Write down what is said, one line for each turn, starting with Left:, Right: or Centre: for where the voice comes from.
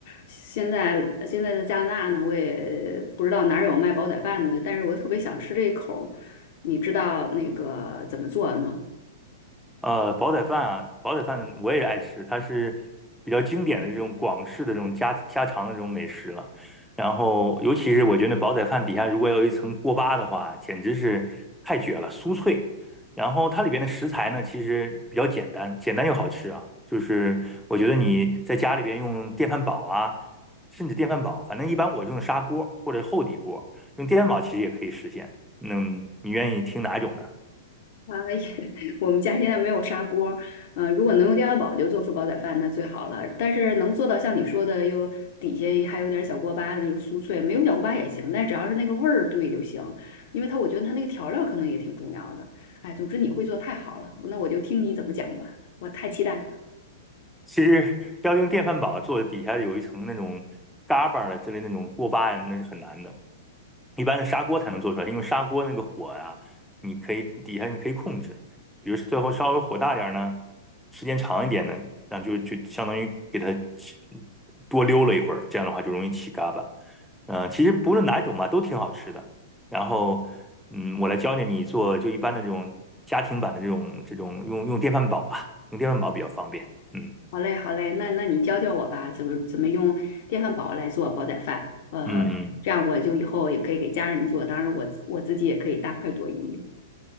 Left: 现在现在在加拿大呢，我也不知道哪儿有卖煲仔饭的，但是我特别想吃这一口儿你知道那个怎么做的吗？
Centre: 呃，煲仔饭啊，煲仔饭我也爱吃，它是比较经典的这种广式的这种家家常的这种美食了。然后，尤其是我觉得煲仔饭底下如果有一层锅巴的话，简直是太绝了，酥脆。然后它里边的食材呢，其实比较简单，简单又好吃啊。就是我觉得你在家里边用电饭煲啊，甚至电饭煲，反正一般我用砂锅或者厚底锅，用电饭煲其实也可以实现。那你愿意听哪种呢？
Left: 啊，也 <laughs> 我们家现在没有砂锅儿，呃，如果能用电饭煲就做出煲仔饭，那最好了。但是能做到像你说的，又底下还有点小锅巴，那就是酥脆，没有小锅巴也行，但只要是那个味儿对就行。因为它，我觉得它那个调料可能也挺重要的。哎，总之你会做太好了，那我就听你怎么讲吧，我太期待了。
Centre: 其实要用电饭煲做底下有一层那种嘎巴儿的之类那种锅巴呀，那是很难的。一般的砂锅才能做出来，因为砂锅那个火呀、你可以底下你可以控制，比如最后稍微火大点儿呢，时间长一点呢，那就就相当于给它起多溜了一会儿，这样的话就容易起嘎巴。嗯、其实不论哪一种吧，都挺好吃的。然后，嗯，我来教教你做就一般的这种家庭版的这种这种用用电饭煲吧，用电饭煲比较方便。嗯。
Left: 好嘞，好嘞，那那你教教我吧，怎么怎么用电饭煲来做煲仔饭？呃，
Centre: 嗯，嗯，
Left: 这样我就以后也可以给家人做，当然我自我自己也可以大快朵颐。